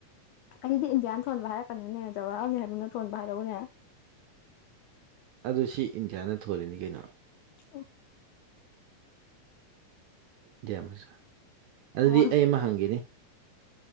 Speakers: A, on the left; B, on the right.
A: ꯑꯩꯗꯤ ꯏꯟꯗꯤꯌꯥꯅ ꯊꯣꯟꯕ ꯍꯥꯏꯔꯛꯀꯅꯨꯅꯦ ꯖꯋꯥꯍꯥꯜ ꯅꯦꯍꯦꯔꯨꯅ ꯊꯣꯟꯕ ꯍꯥꯏꯔꯧꯅꯦ
B: ꯑꯗꯨ ꯁꯤ ꯏꯟꯗꯤꯌꯥꯅ ꯊꯣꯜꯂꯤꯅꯤ ꯀꯩꯅꯣ
A: ꯑꯣ꯫
B: ꯗꯤꯌꯥ ꯃꯆꯥꯥ ꯑꯗꯨꯗꯤ
A: ꯃꯣꯔꯅꯤꯡ
B: ꯑꯩ ꯑꯃ ꯍꯪꯒꯦꯅꯤ꯫